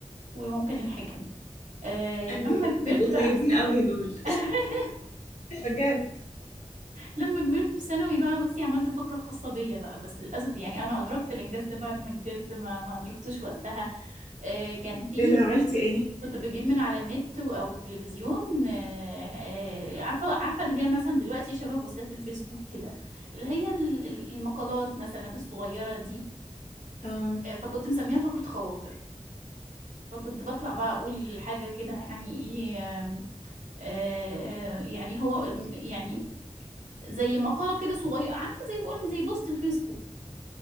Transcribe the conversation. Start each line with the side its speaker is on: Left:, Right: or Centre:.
Right: وممكن الحكم أه
Left: أيوة
Right: لما
Left: دول
Right: كبرت
Left: بيبقوا طيبين
Right: بقى في...
Left: أوي دول
Right: <laughs>
Left: <laughs> بجد
Right: لما كبرت في ثانوي بقى بصي عملت فقره خاصه بيا بقى بس للاسف يعني انا ادركت الانجاز ده بعد ما كبرت ما ما ادركتوش وقتها أه كان في
Left: أنا عملتي إيه؟
Right: كنت بجيب من على النت و- او التلفزيون أه أه عارفه عارفه اللي هي مثلا دلوقتي شبه بوستات الفيسبوك كده اللي هي ال- ال- المقالات مثلا الصغيره دي
Left: أه
Right: أه فكنت مسميها فقره خواطر فكنت بطلع بقى اقول حاجة كده يعني ايه آم، آه، يعني هو م- يعني زي مقالة كده صغيرة عارفة زي ما بقولك زي بوست الفيسبوك